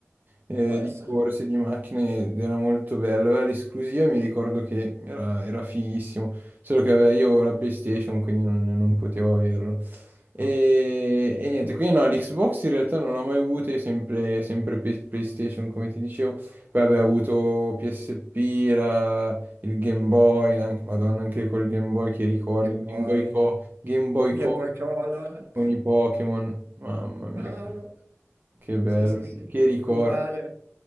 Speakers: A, on the right; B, on the right.
A: eh,
B: può essere.
A: di corse, di macchine, ed era molto bello. Aveva l'esclusiva, mi ricordo che era, era fighissimo, solo che vabbè, io ho la PlayStation, quindi non, non potevo averlo. E, e niente, quindi no, l'Xbox in realtà non l'ho mai avuta, io sempre, sempre P- PlayStation, come ti dicevo. Poi vabbè, ho avuto PSP, la- il Game Boy, anche- Madonna, anche col Game Boy che ricordi,
B: Game
A: il
B: Boy,
A: Game Boy Co, Game Boy
B: Game
A: Co
B: Boy Color.
A: con i Pokémon, mamma mia,
B: Bravo.
A: che, che bello,
B: Sì, sì,
A: che,
B: sì.
A: che ricordi.
B: Uguale.